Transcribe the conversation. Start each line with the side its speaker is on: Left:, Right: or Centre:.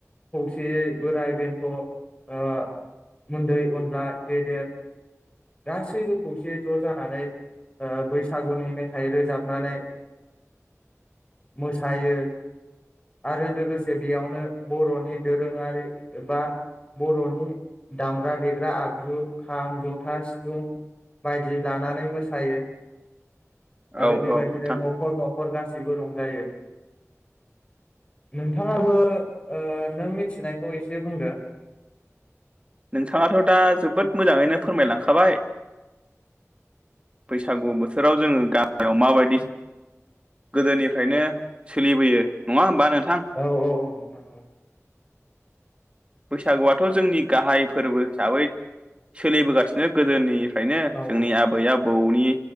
Left: खौसेयै बोराय बेन्थ' ओ उन्दै अनला गेदेर गासैबो खौसेै ज' जानानै बैसागुनि मेथाइ रोजाबनानै मोसायो आरो लोगोसे बेयावनो बर'नि दोरोङारि बा बर'नि दामग्रा देग्रा आगजु खाम जथा सिफुं बायदि लानानै मोसायो आरो
Right: औ
Left: बेबायदिनो
Right: औ नोंथां
Left: न'खर न'खर गासैबो सिबो रंजायो नोंथाङाबो ओ नों मिथिनायखौ एसे बुंदो
Right: नोंथाङाथ' दा जोबोद मोजाङैनो फोरमायलांखाबाय बैसागु बोथोराव जोङो गामियाव माबायदि गोदोनिफ्रायनो सोलिबोयो नङा होमबा नोंथ
Left: औ औ औ नोंथां औ
Right: बैसागुआथ' जोंनि गाहाय फोरबो हिसाबै सोलिबोगासिनो गोदोनि ओंखायनो
Left: औ
Right: जोंनि आबै आबौनि